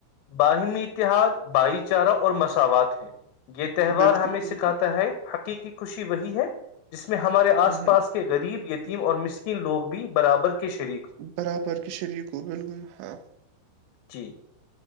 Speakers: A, on the left (about 75°); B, on the right (about 75°).
A: باہمی اتحاد بھائی چارہ اور مساوات ہیں یہ تہوار
B: بالکل
A: ہمیں
B: بالکل
A: سکھاتا
B: ہوں
A: ہے حقیقی خوشی وہی ہے جس میں ہمارے آس
B: ہوں
A: پاس کے غریب یتیم اور مسکن لوگ بھی برابر کے شریک ہ
B: برابر کے شریک کو بالکل ہاں
A: جی